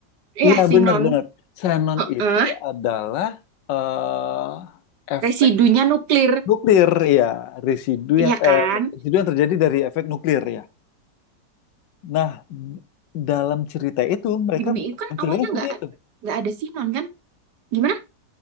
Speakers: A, on the left (about 90°); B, on the right (about 70°).
A: Iya
B: ya sinon
A: benar benar. Xenon itu
B: Heeh,
A: adalah eh, efek
B: residunya nuklir
A: Nuklir, ya. Residu yang
B: ya
A: eh,
B: kan
A: residu yang terjadi dari efek nuklir, ya. Nah, d- dalam cerita itu mereka
B: di bumi itu kan
A: menceritakan
B: awalnya
A: seperti
B: nggak
A: itu
B: nggak ada sinon kan gimana